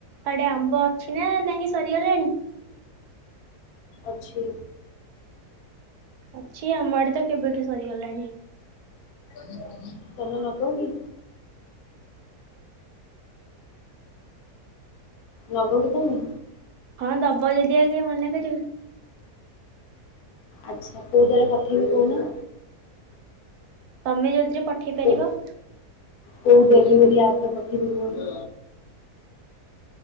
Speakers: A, on the right (about 75°); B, on the left (about 75°).
A: ଆଡେ ଆମ୍ବ ଅଛି ନା ନାହିଁ ସରିଗଲାଣି?
B: ଅଛି।
A: ଅଛି, ଆମ ଆଡେ ତ କେବେଠୁ ସରିଗଲାଣି।
B: <inaudible> ତମେ ନବ କି? ନବ କି ତମେ?
A: ହଁ ଦବ ଯଦି <unintelligible> ମନା କରିବୁ।
B: ଆଚ୍ଛା, କୋଉ ଟାରେ ପଠେଇବି କହୁନ।
A: ତମେ ଯଉଥିରେ ପଠେଇ ପାରିବ।
B: କୋଉ କୋଉ ଡେଲିଭରି ଆପରେ ପଠେଇବି କହୁନୁ।